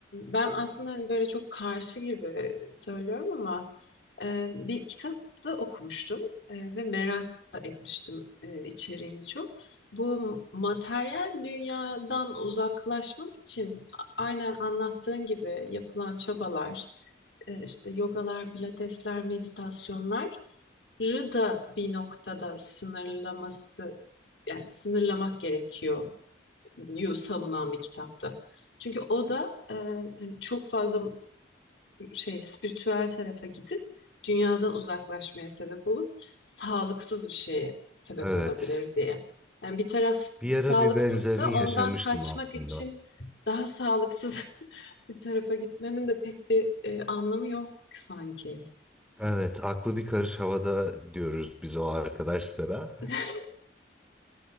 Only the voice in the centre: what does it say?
Evet.
Bir
ara bir benzerini
yaşamıştım
aslında.
Evet, aklı bir karış havada diyoruz biz o arkadaşlara.